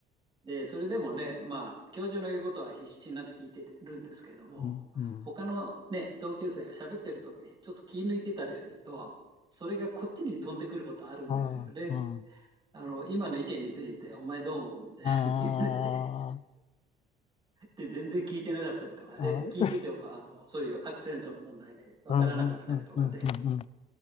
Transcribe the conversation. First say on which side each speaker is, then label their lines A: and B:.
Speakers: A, on the right (about 30°); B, on the left (about 35°).
A: で、それでもね、まあ、教授の言うことは必死になって聞いてるんですけども、
B: うん、うん。
A: 他のね、同級生が喋ってる時にちょっと気抜いてたりすると、それがこっちに飛んでくることあるんですよね。
B: ああ、
A: あの、今の意見について、お前どう思うみたいなの言われて、
B: ああ、あ
A: で、全然聞いてなかったりとかね、
B: あ、
A: 聞いてても、
B: あ
A: あの、そういうアクセントの問題でわからなかったりとかで、
B: あ、ああ、ああ、ああ、